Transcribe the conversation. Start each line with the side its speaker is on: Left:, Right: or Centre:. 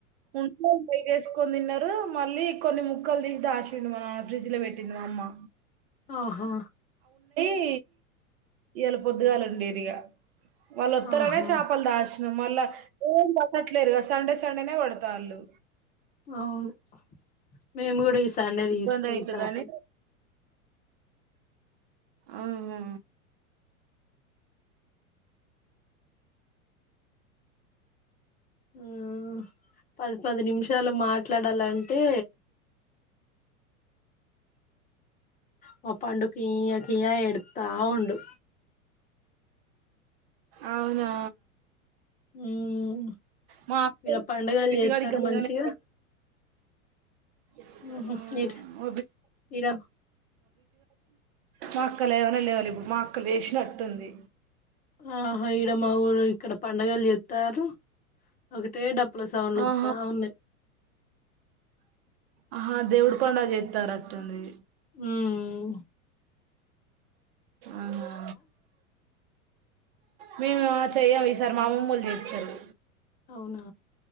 Right: ఉండే <unintelligible> ఏసుకొని తిన్నారు మళ్ళీ కొన్ని ముక్కలు దీ దాశిండు మా నాన ఫ్రిడ్జ లో వెట్టింది మా అమ్మా.
Left: ఆహా
Right: ఈ ఇయ్యాల పొద్దుగాల ఒండీరిగ వాళ్ళు ఒత్తరనే
Left: ఆహా
Right: చేపలు దాచి మళ్ళ ఏం పట్టట్లేరుగా సండే సండేనే పడతాళ్ళు
Left: అవును మేం గూడా ఈ సండే
Right: ఇబ్బంది
Left: దీసుకోవాలి
Right: అయితదని
Left: చాపలు
Right: ఆహా
Left: ఊహ్ పది పది నిమిషాలు మాట్లాడాలంటే మా పండు కియ్య కియ్య ఎడుత్తా ఉండు
Right: అవునా
Left: ఊహ్
Right: మా అక్క
Left: ఈడ పండగలు
Right: బిట్టిగాడికి
Left: చేత్తరు
Right: లేవనే
Left: మంచిగా
Right: <unintelligible>
Left: ఉహు ఈడ ఈడ
Right: మా అక్క లేవనే లేవాలె ఇప్పుడు, మా అక్క లేసినట్టుంది.
Left: ఆహా ఈడ మా ఊరు ఇక్కడ పండగలు చేత్తారు ఒక. టే డప్పుల సౌండ్లు
Right: ఆహా
Left: ఒత్తా ఉన్నయ్
Right: అహా దేవుడు పండగ జేత్తారు అత్తుంది
Left: ఊమ్
Right: అహా మేమా చెయ్యం ఈసారి మా అమమ్మోళ్ళు జేత్తరు
Left: అవునా